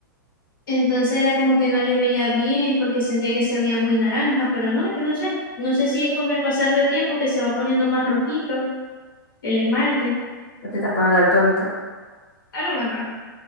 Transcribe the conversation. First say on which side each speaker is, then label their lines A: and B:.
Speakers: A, on the left; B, on the left.
A: Entonces era como que no le veía bien porque sentía que se veía muy naranja, pero no, yo no sé. No sé si es con el pasar del tiempo que se va poniendo más rojito el esmalte.
B: no te estás poniendo daltónica.
A: A lo mejor.